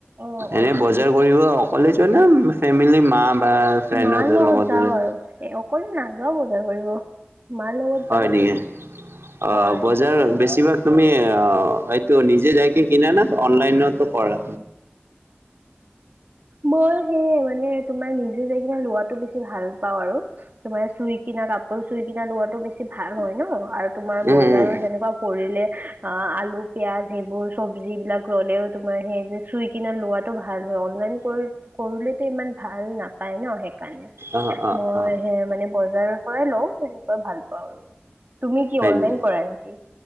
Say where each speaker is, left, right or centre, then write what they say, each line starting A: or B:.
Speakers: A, on the right (about 50°); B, on the right (about 80°).
A: অ',
B: এনেই
A: অ',
B: বজাৰ <unintelligible> অকলেই যোৱা নে, ফেমিলি মা বা ফ্ৰেণ্ডৰ
A: মাৰ লগত
B: লগতে
A: যাওঁ
B: যোৱা।
A: আৰু এ, অকলে নাযাও বজাৰ কৰিব, মাৰ লগত যাওঁ
B: হয় নেকি! অ,
A: হয়।
B: বজাৰ বেছিভাগ তুমি অ এইটো নিজে যায় কিনা না, অনলাইনত কৰা?
A: মই সেই মানে তোমাৰ নিজে যায় কিনা লোৱাটো বেছি ভাল পাওঁ আৰু। তোমাৰ চুই কিনা কাপোৰ, চুই কিনা লোৱাটো বেছি ভাল হয় ন, আৰু তোমাৰ
B: উম,
A: বজাৰৰ
B: উম।
A: যেনেকুৱা কৰিলে, অ, আলু, পিয়াজ, এইবোৰ চব্জি বিলাক ল'লেও তোমাৰ সেই যে চুই কিনা লোৱাটো ভাল হয়। অনলাইন <unintelligible> ইমান ভাল নাপায় ন, সেইকাৰণে
B: অ', অ',
A: মই
B: অ'
A: এ, মানে বজাৰৰ পৰাই লওঁ, সেনেকা ভাল পাওঁ আৰু, তুমি কি
B: হয়
A: অনলাইন
B: নেকি?
A: কৰা নেকি?